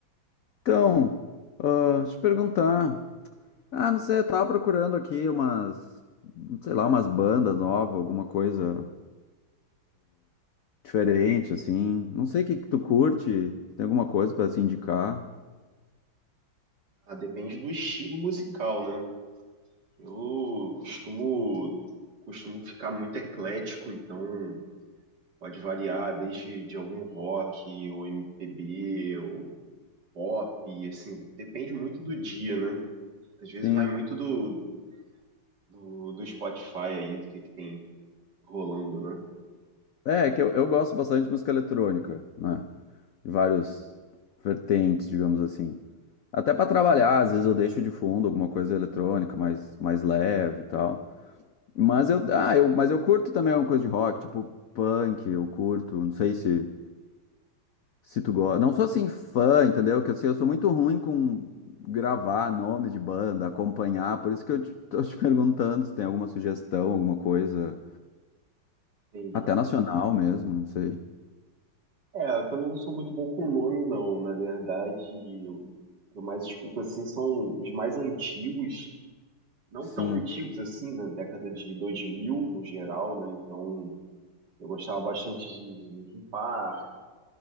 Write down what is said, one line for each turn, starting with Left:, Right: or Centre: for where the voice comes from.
Left: Então, ah, deixa eu te perguntar. Ah, não sei, eu tava procurando aqui umas, sei lá, umas bandas novas, alguma coisa diferente, assim. Não sei o que que tu curte, se tem alguma coisa pra se indicar.
Right: Ah, depende do estilo musical, né? Eu costumo costumo ficar muito eclético, então pode variar desde de algum rock ou MPB ou pop, assim, depende muito do dia, né? Às vezes
Left: Sim.
Right: vai muito do, do, do Spotify aí, do que que tem rolando, né?
Left: É, é que eu, eu gosto bastante de música eletrônica, né? De vários vertentes, digamos assim. Até para trabalhar, às vezes eu deixo de fundo alguma coisa eletrônica mais, mais leve e tal. Mas eu, ah, eu, mas eu curto também alguma coisa de rock, tipo punk, eu curto, não sei se, se tu gosta. Não sou assim fã, entendeu? Que assim, eu sou muito ruim com gravar nome de banda, acompanhar, por isso que eu te, tô te <laughs> perguntando se tem alguma sugestão, alguma coisa,
Right: Entendi.
Left: até nacional mesmo, não sei.
Right: É, eu também não sou muito bom com nome, não. Na verdade, eu- o que eu mais escuto assim são os mais antigos, não
Left: Sim.
Right: tão antigos assim, na década de 2000 no geral, né? Então, eu gostava bastante de, de Linkin Park,